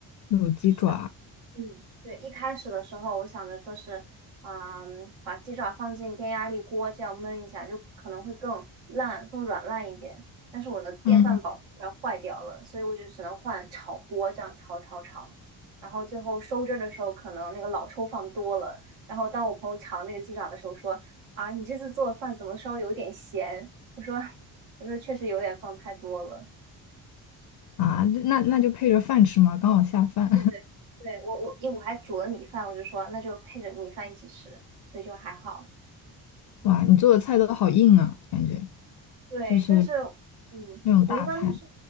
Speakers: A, on the left (about 55°); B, on the right (about 85°).
A: 卤鸡爪，
B: 就是。嗯，对，一开始的时候我想着说是，嗯，把鸡爪放进电压力锅这样焖一下，就可能会更烂、更软烂一点。但是我的电饭煲居然坏掉了，
A: 嗯
B: 所以我就只能换炒锅这样炒炒炒。然后最后收汁儿的时候，可能那个老抽放多了。然后当我朋友尝那个鸡爪的时候说：“啊，你这次做的饭怎么稍微有点咸？”我说： “<laughs> 我说确实有点放太多了。”
A: 啊，那那就配着饭吃嘛，刚好下饭。
B: 对对对，我我因为我还煮了米饭，我就说那就配着米饭一起吃，所以就还好。
A: <laughs> 哇，你做的菜都好硬啊，感觉
B: 对，
A: 就是
B: 但是嗯，
A: 那种大菜。
B: 我一般都是，